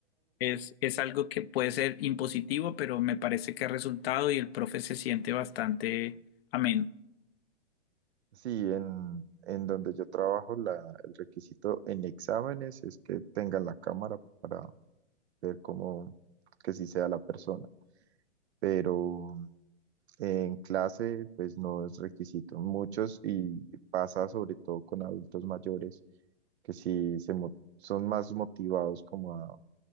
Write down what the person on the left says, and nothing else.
Es, es algo que puede ser impositivo, pero me parece que ha resultado y el profe se siente bastante ameno.